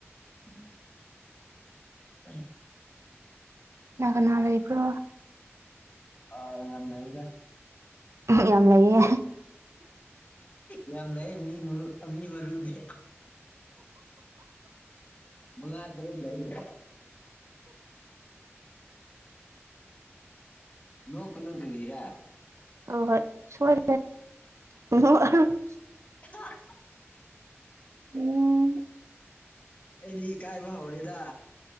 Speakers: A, on the left; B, on the right.
A: ꯎꯝ <unintelligible>
B: ꯀꯅꯥ ꯀꯥꯅꯥ ꯂꯩꯕ꯭ꯔꯣ
A: ꯑ ꯌꯥꯝ ꯅꯩꯗ
B: ꯌꯥꯝ ꯅꯩꯌꯦ
A: ꯌꯥꯝ ꯂꯩ ꯃꯤ ꯃꯔꯨ ꯃꯤ ꯃꯔꯨꯅꯦ ꯃꯉꯥ ꯇꯥꯔꯨꯛ ꯂꯩꯌꯦ ꯅꯣꯛ ꯀꯅꯨ ꯀꯔꯤꯔꯥ
B: ꯑ ꯍꯣꯏ ꯁꯣꯏ <unintelligible>
A: ꯑꯦ <unintelligible>
B: ꯎꯝ
A: ꯑꯩꯗꯤ ꯏꯀꯥꯏꯕ ꯍꯧꯔꯦꯗ